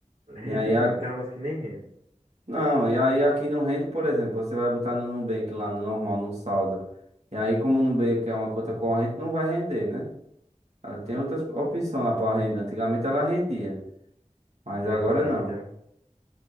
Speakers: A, on the right; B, on the right.
A: rende
B: E aí.
A: não,
B: a-
A: tem alguns que nem rende.
B: Não, e aí aqui no rende, por exemplo, você vai botar no Nubank lá no normal, no saldo. E aí, como o Nubank é uma conta corrente, não vai render, né? Ela tem outras opções lá para renda. Antigamente ela rendia, mas
A: É,
B: agora
A: Antigamente,
B: não.
A: é-